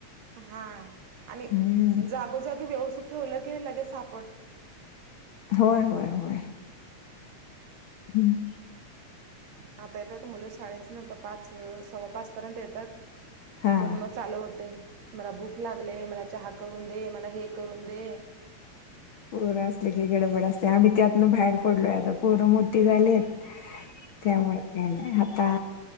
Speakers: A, on the right; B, on the left.
A: हा आणि
B: हम्म
A: जागोजागी व्यवस्ित ठेवलं की लगेच सापड
B: होय होय होय हम्म
A: आता येतात तर मुलं शाळेचे नव्हत पाच सव्वा पाचपर्यंत येतात
B: हा.
A: तिथून मग चालू होते मला भूक लागले मला चहा करून दे मला हे करून दे
B: पोर असले की गडबड असते आम्ही त्यातन बाहेर पडलोय आता पोरं मोठे झाले आहेत त्या ते आता